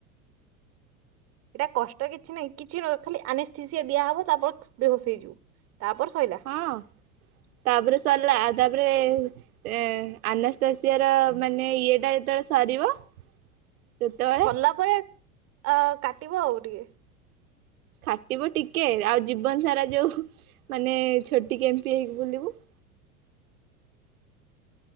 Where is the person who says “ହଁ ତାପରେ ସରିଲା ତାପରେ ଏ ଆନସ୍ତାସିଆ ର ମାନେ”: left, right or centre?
Right